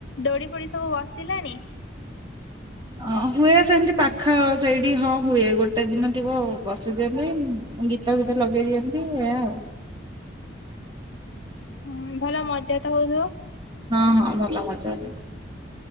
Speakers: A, on the left; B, on the right.
A: ଦୋଳି ଫୋଳି ସବୁ ବସିଲାଣି?
B: ଅଁ ହୁଏ ସେମିତି ପାଖ ସେଇଠି ହଁ ହୁଏ ଗୋଟେ ଦିନ ଥିବ ବସୁଛନ୍ତି ଗୀ ଗୀତ ଫିତ ଲଗେଇ ଦିଅନ୍ତି ଏଇଆ ଆଉ।
A: ହୁଁ ଭଲ ମଜା ତ ହଉଥିବ?
B: ହଁ ହଁ ଭଲ ମଜା <unintelligible>